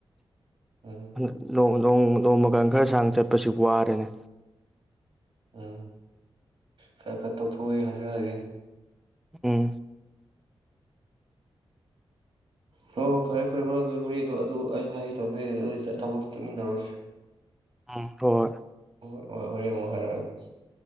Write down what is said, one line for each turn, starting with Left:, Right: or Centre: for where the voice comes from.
Centre: <unintelligible>
Right: ꯎꯝ
Centre: ꯅꯣꯡ ꯅꯣꯡꯃ ꯀꯥꯟ ꯈꯔ ꯁꯥꯡꯅ ꯆꯠꯄꯁꯤ ꯋꯥꯔꯦꯅꯤ
Right: ꯎꯝ ꯈꯔ ꯈꯔ ꯇꯧꯊꯣꯛꯎꯏ ꯍꯛ ꯆꯥꯡ ꯁꯥꯖꯦꯜ
Centre: ꯎꯝ
Right: ꯍꯣꯏ ꯍꯣꯏ ꯐꯔꯦ ꯐꯔꯦ ꯃꯔ ꯑꯗꯨꯗꯤ ꯍꯣꯔꯦꯟ ꯑꯗꯨ ꯑꯗꯨ ꯑꯩ ꯍꯥꯏꯒꯦ ꯇꯧꯕꯅꯦ ꯍꯣꯔꯦꯟ ꯑꯗꯨ ꯑꯗꯨ ꯊꯕꯛꯇꯨ ꯆꯠꯃꯤꯟꯅꯔꯨꯔꯁꯤ
Centre: ꯍꯣꯏ
Right: ꯑꯣ ꯍꯣꯔꯦꯟ ꯑꯃꯨꯛ ꯍꯥꯏꯔꯛ ꯑꯒꯦ